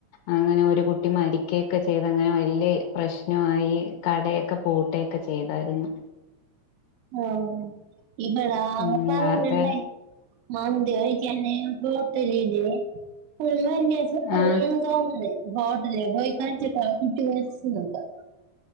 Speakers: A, on the left; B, on the right.
A: അങ്ങനെ ഒരു കുട്ടി മരിക്കുകയൊക്കെ ചെയ്തങ്ങനെ വലിയ പ്രശ്നമായി കടയൊക്കെ പൂ ട്ടൊക്കെ ചെയ്തായിരുന്നു
B: ഓ ഇവിടാ
A: ഉം
B: സാധനണ്ടായി
A: വാർത്ത
B: മന്തികഴിച്ച് തന്നെ ഹോട്ടലിലെ ഫുള്ളന്നേ <unintelligible>
A: ആഹ്
B: ഹോട്ടല് പോയി കഴിച്ചിട്ടോ <unintelligible>